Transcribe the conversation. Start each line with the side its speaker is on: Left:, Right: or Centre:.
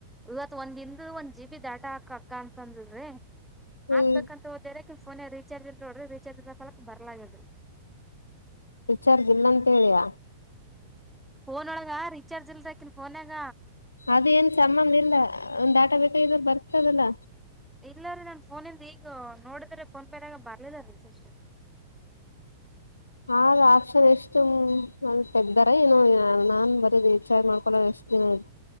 Centre: ಇವತ್ ಒಂದಿನದ ಒಂದ್ ಜಿ ಬಿ ಡಾಟಾ ಹಾಕಕ್ಕ ಅಂತ ಅದಳ್ರಿ
Left: ಹ್ಮ್
Centre: ಹಾಕ್ಬೇಕ ಹೋದೆ ರಿ. ಫೋನಗ ರೀಚಾರ್ಜ ಇಲ್ ನೋಡ್ರಿ ರೀಚಾರ್ಜ ಇರರ್ದ ಸಲೆಕ್ಕ ಬರ್ಲಾ ಆ ಗ್ಯಾದ್ರಿ.
Left: ರಿಚಾರ್ಜ್ ಇಲ್ಲ ಅಂತ ಹೇಳಿಯ.
Centre: ಫೋನನೊಳಗ ರೀಚಾರ್ಜ್ ಇಲ್ರಿ ಅಕಿನ್ ಫೋನ್ಗ.
Left: ಅದೇಏನ್ ಸಂಬಂಧ ಇಲ್ಲ ಒಂದ ಡಾಟಾ ಬೇಕ ಆಗಿದ್ರಾ ಬರ್ತದಲ್ಲ.
Centre: ಇಲ್ಲ ರೀ ನನ್ನ ಫೋನ್ ಇಂದ್ ಈಗ ನೋಡಿದ್ರ ಫೋನ್ ಪೇದ್ಗ ಬರ್ಲಿಲ್ಲ ರೀ. ಸಷ
Left: ಹ ಆಪ್ಷನ್ ಎಷ್ಟು ತೆಗ್ದಾರ ಏನು ನಾನ್ ಬರೀ ರಿಚಾರ್ಜ್ ಮಾಡ್ಕೊಂಡಿನಿ. ಅಷ್ಟ್ ದಿನ